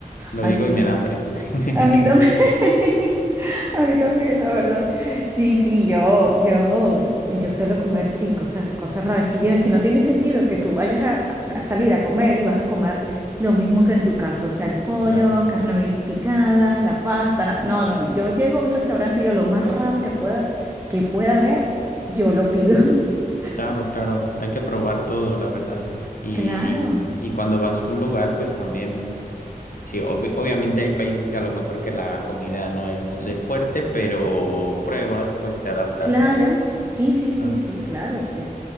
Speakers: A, on the left (about 65°); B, on the right (about 15°).
A: Lo
B: Ay,
A: digo
B: sí,
A: y me
B: es.
A: da hambre. <laughs>
B: A mí también. <laughs> A mí también, la verdad. Sí, sí, yo, yo, yo suelo comer, sí, cosas, cosas raras que yo, es que no tiene sentido que tú vayas a, a salir a comer y vas a comer lo mismo que en tu casa, o sea, el pollo,
A: Claro,
B: carne bi- picada, la pasta, la- no, no, yo llego a un restaurante y yo lo más raro que pueda, que pueda haber, yo lo pido. <laughs>
A: claro, claro. Hay que probar todo, la verdad. Y,
B: Claro,
A: y cuando vas a un lugar, pues también. Sí, obvi- obviamente hay países que a lo mejor que la comida no es el fuerte, pero pruebas, pues te adaptas,
B: claro,
A: ¿no?
B: sí, sí, sí,
A: Bueno,
B: sí, claro, que